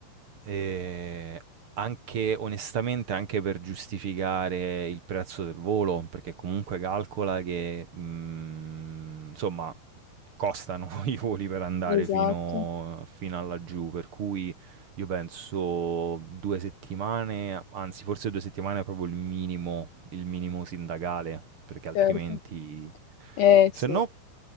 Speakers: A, on the right (about 45°); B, on the left (about 75°).
A: eh, anche onestamente, anche per giustificare il prezzo del volo, perché comunque calcola che mm, insomma costano <laughs> i voli per andare
B: Esatto,
A: fino, fino a laggiù, per cui io penso due settimane, anzi forse due settimane è proprio il minimo, il minimo sindacale, perché altrimenti...
B: certo. Eh sì,
A: Se no,